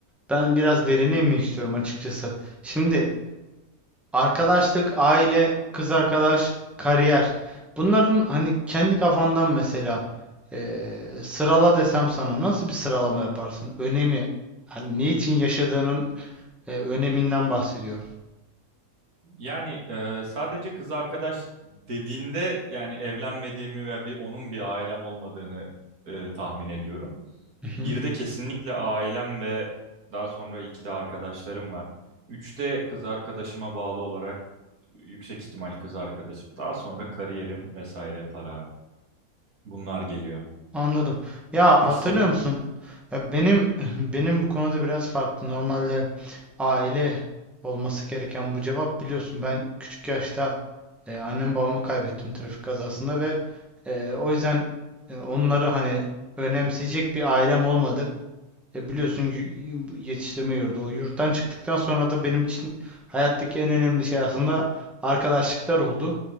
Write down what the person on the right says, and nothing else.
Yani e, sadece kız arkadaş dediğinde yani evlenmediğimi ve bir onun bir ailem olmadığını e, tahmin ediyorum.
Bir de kesinlikle ailem ve daha sonra iki de arkadaşlarım var. Üçte kız arkadaşıma bağlı olarak Yüksek ihtimal kız arkadaşım. Daha sonra kariyerim vesaire para bunlar geliyor.
Peki
senin?